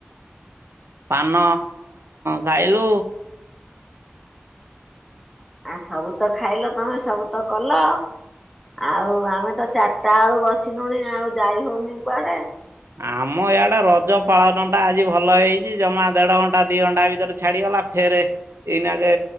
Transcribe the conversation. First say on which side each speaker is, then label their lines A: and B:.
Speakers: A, on the right; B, in the centre.
A: ପାନ ଖାଇଲୁ।
B: ଆ ସବୁ ତ ଖାଇଲ ତମେ ସବୁ ତ କଲ ଆଉ ଆମେ ତ ଚାରିଟା ବେଳୁ ବସିିଲୁଣି ଆଉ ଯାଇ ହଉନି କୁଆଡେ।
A: ଆମ ଇଆଡେ ରଜ ପାଳନ ଟା ଆଜି ଭଲ ହେଇଛି ଜମା ଦେଢ ଘଣ୍ଟା ଦି ଘଣ୍ଟା ଭିତରେ ଛାଡିଗଲା ଫେର ଏଇନାଗେ